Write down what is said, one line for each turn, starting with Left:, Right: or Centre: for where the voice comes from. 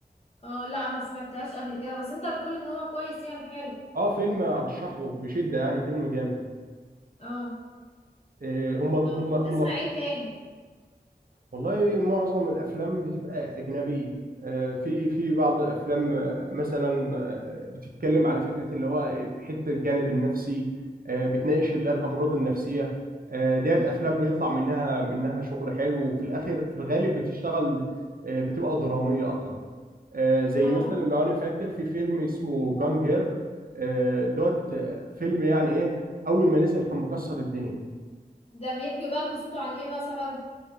Left: اه لا ما سمعتهاش قبل كده بس انت بتقول ان هو كويس يعني حلو
Right: اه فيلم ارشحه بشدة يعني فيلم جامد
Left: اه
Right: آه، هم هم
Left: طب
Right: هم
Left: بتسمع
Right: في حتة
Left: ايه تاني
Right: والله معظم الافلام بتبقى اجنبيه آه، في في بعض افلام آه، مثلا آه، بتتكلم على فكره اللي هو حته الجانب النفسي آه، بتناقش اللي هي الامراض النفسيه آه، ديت
Left: امم
Right: افلام بيطلع منها منها شغل حلو وفي الاخر في الغالب بتشتغل آه، بتبقى دراميه اكتر آه، زي
Left: اه
Right: مثلا لو انا فاكر في فيلم اسمه جان جير دوت آه، فيلم يعني ايه اول ما نزل كان مكسر الدنيا
Left: ده بيحكي بقى قصته عن ايه مثلا